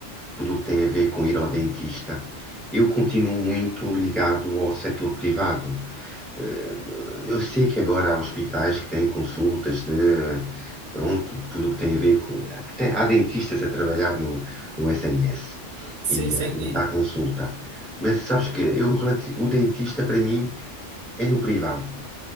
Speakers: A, in the centre; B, on the right (about 75°).
A: tudo o que tem a ver com ir ao dentista, eu continuo muito ligado ao setor privado. Eh, Eu sei que agora há hospitais que têm consultas de, pronto, de tudo o que tem a ver com. que tem- há dentistas a trabalhar no, no SNS
B: Sim,
A: e,
B: sim.
A: a- e
B: E,
A: a dar
B: e-
A: consulta. Mas sabes que eu, relati- o dentista para mim é no privado.